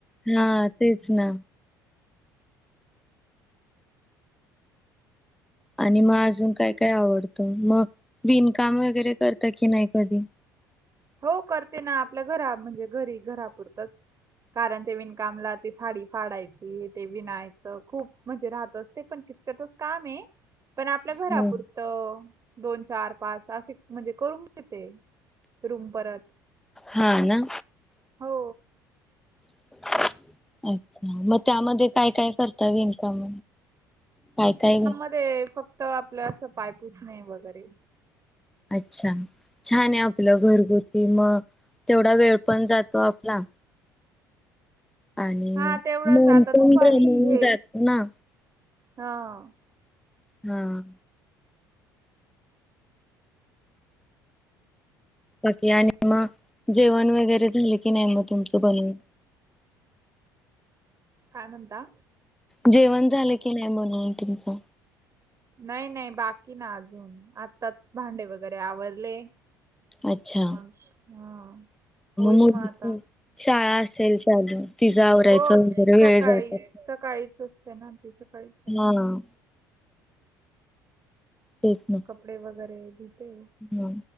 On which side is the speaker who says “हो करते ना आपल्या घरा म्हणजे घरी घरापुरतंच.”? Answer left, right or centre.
Right